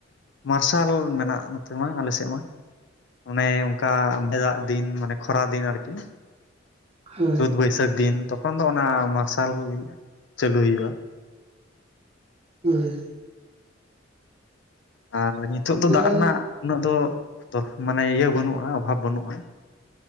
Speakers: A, on the left; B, on the right.
A: ᱢᱟᱨᱥᱟᱞ ᱢᱮᱱᱟᱜ ᱱᱚᱛᱮ ᱢᱟ ᱟᱞᱮ ᱥᱮᱫ ᱢᱟ ᱚᱱᱮ ᱚᱱᱠᱟ ᱵᱮᱫᱟᱜ ᱫᱤᱱ ᱢᱟᱱᱮ ᱠᱷᱚᱨᱟ ᱫᱤᱱ ᱟᱨᱠᱤᱼᱼ
B: ᱦᱳᱭ
A: ᱪᱟᱹᱛ ᱵᱟᱹᱭᱥᱟᱹᱠ ᱫᱤᱱ ᱛᱚᱠᱷᱚᱱ ᱫᱚ ᱚᱱᱟ ᱢᱟᱨᱥᱟᱞ ᱪᱟᱹᱞᱩ ᱦᱤᱭᱩᱜᱼᱟ
B: ᱦᱮᱸ
A: ᱟᱨ ᱱᱤᱛᱚᱜ ᱫᱚ
B: ᱨᱟᱱ
A: ᱫᱟᱜ ᱨᱮᱱᱟᱜ ᱩᱱᱟᱹᱜ ᱫᱚ ᱛᱚ ᱢᱟᱱᱮ ᱤᱭᱟᱹ ᱵᱟᱹᱱᱩᱜᱼᱟ ᱚᱵᱷᱟᱵ ᱵᱟᱹᱱᱩᱜᱼᱟ